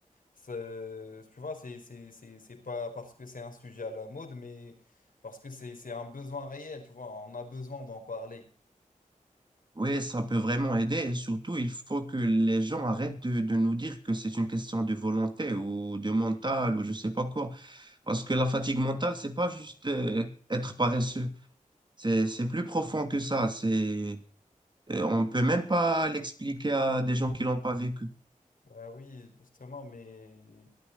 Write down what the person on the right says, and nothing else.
Oui, ça peut vraiment aider et surtout, il faut que les gens arrêtent de, de nous dire que c'est une question de volonté ou de mental ou je sais pas quoi. Parce que la fatigue mentale, c'est pas juste euh, être paresseux. C'est, c'est plus profond que ça. C'est, euh, on peut même pas l'expliquer à des gens qui l'ont pas vécu.